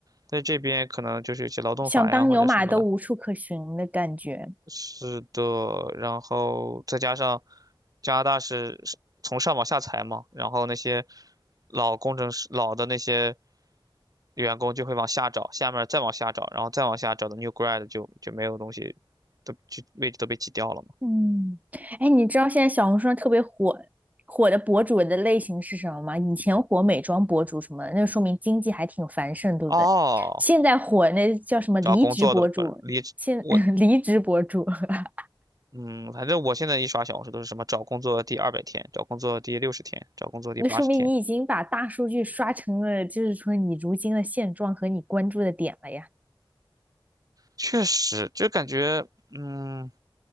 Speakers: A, on the right; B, on the right.
A: 在这边可能就是有些劳动法呀或者什么的。
B: 想当牛马都无处可寻的感觉，
A: 是的，然后再加上加拿大是是从上往下裁嘛，然后那些老工程师、老的那些员工就会往下找，下面儿再往下找，然后再往下找的 new grad 就就没有东西，都就位置都被挤掉了嘛。
B: 嗯，哎，你知道现在小红书上特别火火的博主的类型是什么吗？以前火美妆博主什么的，那说明经济还挺繁盛，对不对？
A: 哦，
B: 现在火那叫什么离职博主，
A: 找工作的不是离职我
B: 现 <laughs> 离职博主，<laughs>
A: 嗯，反正我现在一刷小红书都是什么找工作第二百天，找工作第六十天，找工作第八十天，
B: 那说明你已经把大数据刷成了，就是说你如今的现状和你关注的点了呀。
A: 确实就感觉嗯，